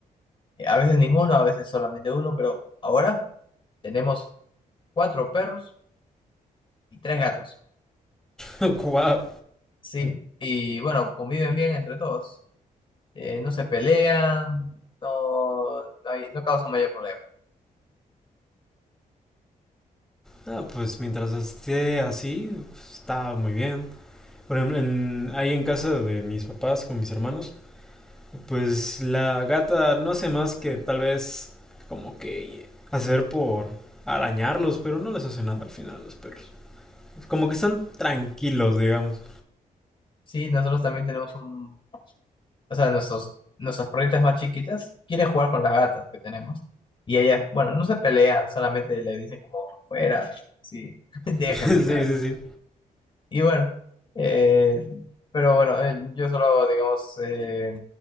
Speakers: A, on the left; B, in the centre.
A: Eh, a veces ninguno, a veces solamente uno, pero ahora tenemos cuatro perros y tres gatos.
B: <laughs> Guau.
A: Sí, y bueno, conviven bien entre todos. Eh, no se pelean, no, no, hay- no causan mayor problema.
B: Ah, pues mientras esté así, está muy bien. Por ejemplo, en- ahí en casa de mis papás con mis hermanos, pues la gata no hace más que tal vez como que hacer por arañarlos, pero no les hace nada al final a los perros. Como que están tranquilos, digamos.
A: Sí, nosotros también tenemos un o sea, nuestros, nuestras perritas más chiquitas quieren jugar con las gatas que tenemos. Y ellas, bueno, no se pelean, solamente le dicen como, fuera, sí, <laughs> déjenme
B: <laughs> Sí,
A: en
B: sí,
A: paz.
B: sí.
A: Y bueno, eh, pero bueno, eh, yo solo, digamos, eh,